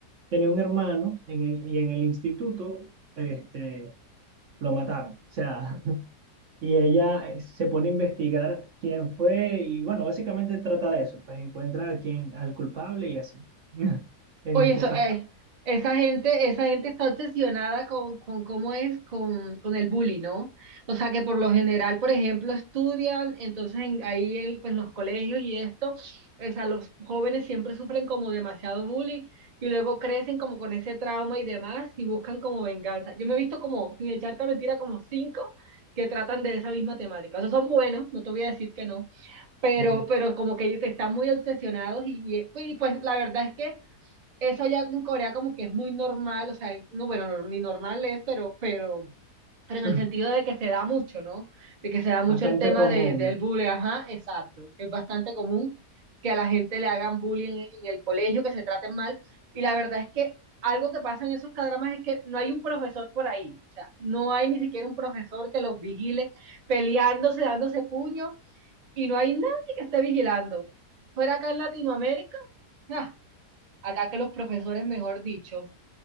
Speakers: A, on the right; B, on the right.
A: tenía un hermano en el, y en el instituto este, lo mataron, o sea, <laughs> y ella eh, se pone a investigar quién fue y bueno, básicamente trata de eso, pues encuentra a quién, al culpable y así, <laughs> en
B: Oye, eso,
A: pocas
B: eh,
A: partes.
B: esa gente, esa gente está obsesionada con, con cómo es con, con el bully, ¿no? O sea que por lo general, por ejemplo, estudian, entonces en- ahí en pues, los colegios y esto, o sea, los jóvenes siempre sufren como demasiado bullying y luego crecen como con ese trauma y demás y buscan como venganza. Yo me he visto como, sin echarte mentira, como cinco que tratan de esa misma temática. O sea, son buenos, no te voy a decir que no, pero,
A: Ujú.
B: pero como que ellos están muy obsesionados y y, pues y, pues, la verdad es que eso allá en Corea como que es muy normal, o sea, no, bueno, no- ni normal es, pero, pero, pero en
A: <laughs>
B: el sentido de que se da mucho, ¿no? De que se da mucho
A: Bastante
B: el tema
A: común.
B: de, del bullying, ajá, exacto, que es bastante común que a la gente le hagan bullying en, en el colegio, que se traten mal, y la verdad es que algo que pasa en esos cadramas es que no hay un profesor por ahí, o sea, no hay ni siquiera un profesor que los vigile peleándose, dándose puños, y no hay nadie que esté vigilando. Fuera acá en Latinoamérica, ja, Acá que los profesores, mejor dicho,